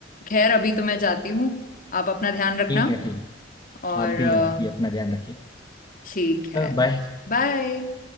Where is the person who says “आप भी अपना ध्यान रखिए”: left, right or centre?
Left